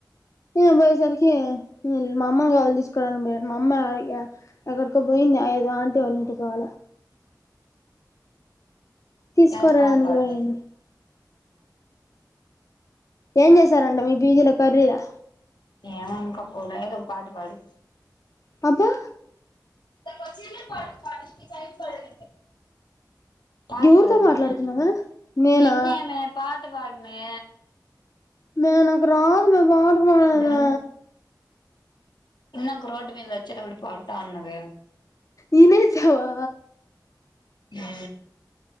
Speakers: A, on the left; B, on the left.
A: నేను పోయేసరికి మా అమ్మని కావాలు తీసుకోవడానికి పోయా మా అమ్మ ఎక్కడికో పోయింది ఆంటి వాళ్ళ ఇంటికి <inaudible> తీసుకురాడానికి
B: ఎ ఒక పాట పాడు
A: పోయింది ఏం చేశారంట మీ పీజీలో కర్రీరా
B: ఏం ఇంకా పోలా ఏది ఒక పాట పాడు
A: అబ్బా
B: పచ్చ ప కానీకి చారి పడ పాట
A: ఎవరితో
B: పాడుమే
A: మాట్లాడుతున్నావే నేనా
B: నిన్నేమే పాట పాడుమే
A: మే నాకు రాదు మే పాట పడేది
B: దాన్ని ఇందాక రోడ్ మీద వచ్చేటపుడు పాడతా ఉన్నవు
A: ఇనేశవా
B: ఆ